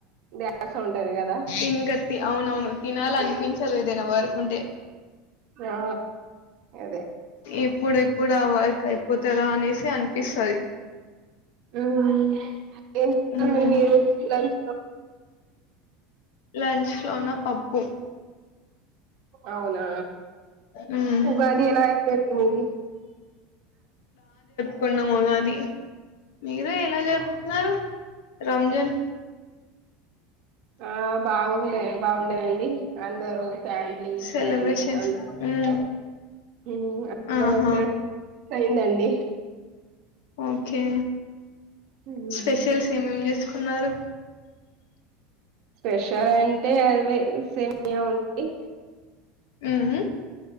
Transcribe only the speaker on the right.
ధ్యాస ఉంటది కదా
ఆ అదే
మ్మ్ ఏం చేస్తారు
మరి మీరు లంచ్ లో
అవునా
ఉగాది ఎలా ఐ బ ఏది
ఆ బాగుండే, బాగుండేదండి అందరూ ఫ్యామిలీ
ఫ్రెండ్స్ అ వారు
అందరూ
వచ్చారు దండి
హ్మ్.
స్పెషల్ అంటే అవే సేమ్యా ఉంటయి.